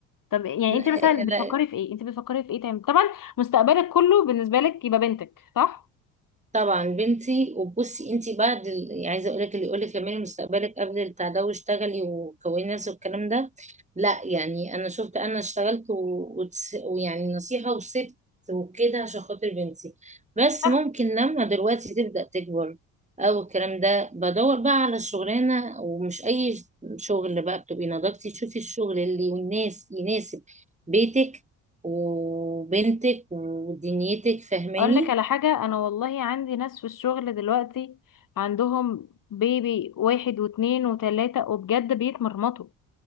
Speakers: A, on the left; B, on the right.
A: طب يعني
B: لا,
A: انت مثلا بتفكري في ايه انت بتفكري في ايه تاني طبعا مستقبلك كله بالنسبه لك يبقى بنتك صح
B: طبعا بنتي وبصي انت بعد ال- يعني عايزه اقول لك اللي يقول لك كملي مستقبلك قبل البتاع ده واشتغلي وكوني نفسك والكلام ده لا يعني انا شفت انا اشتغلت و- وتس- ويعني نصيحه وسبت وكده عشان خاطر بنتي بس
A: صح
B: ممكن لما دلوقتي تبدا تكبر او الكلام ده بدور بقى على شغلانه ومش اي شغل بقى بتبقي نضجتي تشوفي الشغل اللي والناس يناسب بيتك وبنتك ودنيتك فاهماني
A: اقول لك على حاجه انا والله عندي ناس في الشغل دلوقتي عندهم بيبي واحد واتنين وتلاته وبجد بيتمرمطوا